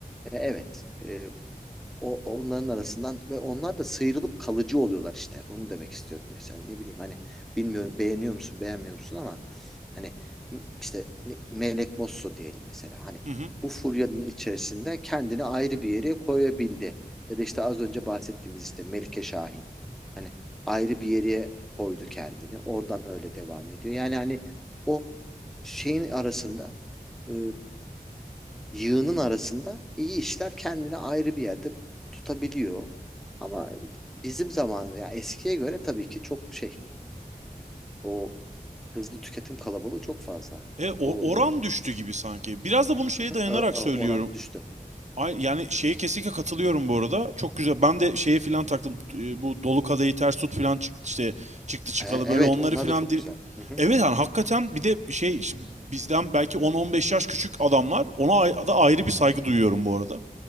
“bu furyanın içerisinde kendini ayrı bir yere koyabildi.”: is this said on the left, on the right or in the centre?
Centre